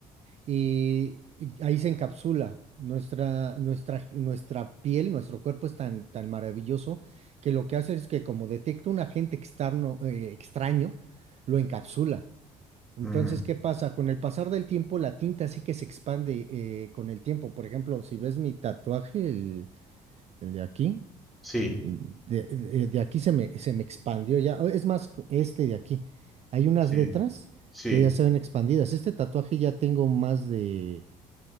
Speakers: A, on the right; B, in the centre.
A: y, y ahí se encapsula. Nuestra, nuestra, nuestra piel, nuestro cuerpo es tan, tan maravilloso que lo que hace es que como detecta un agente externo, eh, extraño, lo encapsula. Entonces,
B: ujú,
A: ¿qué pasa? Con el pasar del tiempo, la tinta sí que se expande eh, con el tiempo. Por ejemplo, si ves mi tatuaje, el el de aquí.
B: sí,
A: De, de- de aquí se me, se me expandió ya. Es más, este de aquí. Hay unas
B: sí,
A: letras
B: sí.
A: que ya se ven expandidas. Este tatuaje ya tengo más de